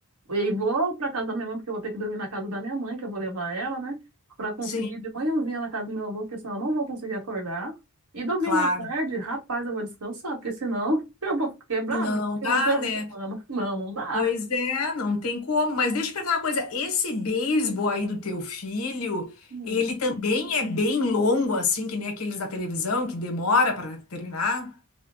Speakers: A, on the right; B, on the left.
A: E vou pra casa da minha mãe, porque eu vou ter que dormir na casa da minha mãe, que eu vou levar ela, né? Pra conseguir
B: sim,
A: ir de manhãzinha na casa do meu avô, porque senão eu não vou conseguir acordar. E domingo
B: claro.
A: à tarde, rapaz, eu vou descansar, porque senão <laughs> eu vou ficar quebrado
B: Não,
A: porque
B: não dá,
A: eu levo
B: né?
A: semana. Não, não dá.
B: Pois é, não tem como. Mas deixa eu perguntar uma coisa: esse beisebol aí do teu filho,
A: Hum.
B: ele também é bem longo, assim, que nem aqueles da televisão, que demora para terminar?